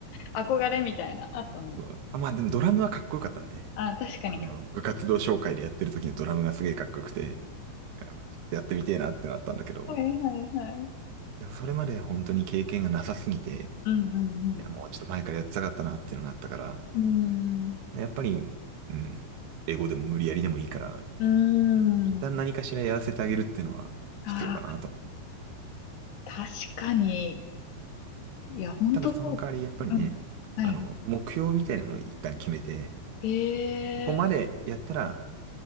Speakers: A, on the left; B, on the right.
A: 憧れみたいな、あったのか。
B: そうあ、まあでもドラムはかっこよかったね。
A: あ、確かにかっこいい。
B: あの、部活動紹介でやってる時のドラムがすげえかっこよくて、いやちょっとやってみてえなってなったんだけど、
A: はいはいはい。
B: でもそれまで本当に経験がなさすぎて、
A: うんうん
B: いや、もうちょっと前からやってたかったなっていうのがあったから、
A: うん。
B: でやっぱり、うん、英語でも無理やりでもいいから、
A: うーん。
B: 一旦何かしらやらせてあげるっていうのは必要かなと思う。
A: うーん。あー確かに。いや、本当そう。
B: ただその代わりやっぱりね、
A: うん。はい。
B: あの、目標みたいなのを一旦決めて、
A: ええ
B: ここまでやったら、